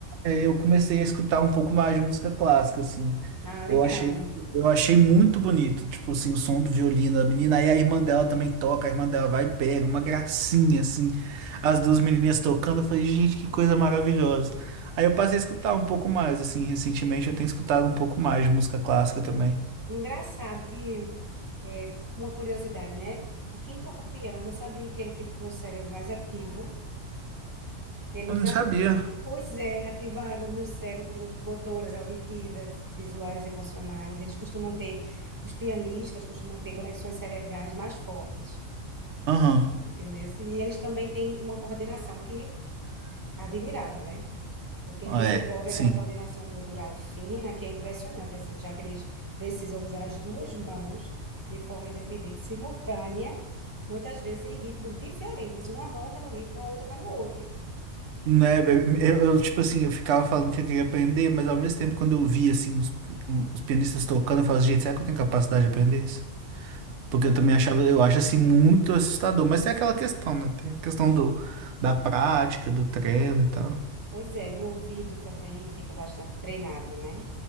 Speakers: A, on the right; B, on the right.
A: Aí eu comecei a escutar um pouco mais de música clássica, assim.
B: Ah, legal.
A: Eu achei, eu achei muito bonito, tipo assim, o som do violino a menina. Aí a irmã dela também toca, a irmã dela vai e pega, uma gracinha, assim. As duas menininhas tocando, eu falei, gente, que coisa maravilhosa. Aí eu passei a escutar um pouco mais, assim, recentemente eu tenho escutado um pouco mais de música clássica também.
B: Engraçado que é uma curiosidade, né? Que quem toca piano sabia que ele fica com o cérebro mais ativo Eles,
A: Eu não
B: a-
A: sabia.
B: pois é, ativaram nos cérebros as motoras auditivas, visuais, emocionais. Eles costumam ter, os pianistas costumam ter conexões cerebrais mais fortes,
A: Aham,
B: en- entendesse? E eles também têm uma coordenação que é admirável, né? Porque ele
A: É,
B: desenvolve
A: sim.
B: aquela coordenação motora fina que é impressionante, assim, já que eles precisam usar as duas mãos de forma independente, simultânea, muitas vezes em ritmos diferentes. Uma mão está no ritmo, a outra está no outro.
A: Né, eu, eu, tipo assim, eu ficava falando que eu queria aprender, mas ao mesmo tempo, quando eu via, assim, os, os pianistas tocando, eu falava, gente, será que eu tenho capacidade de aprender isso? Porque
B: Tem.
A: eu também achava, eu acho, assim, muito assustador, mas tem aquela questão, né, tem a questão do, da prática, do treino e tal.
B: Pois é, o ouvido também fica bastante treinado, né?